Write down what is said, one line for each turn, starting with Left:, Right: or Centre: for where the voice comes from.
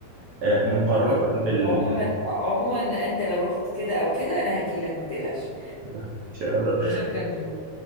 Right: آه مقارنة
Left: تمام
Right: بال
Left: عموما
Right: بال-
Left: عموما أنت لو رحت كده أو كده أنا هجيلك ما تقلقش
Right: <laughs> إن شاء الله
Left: شكرا ليك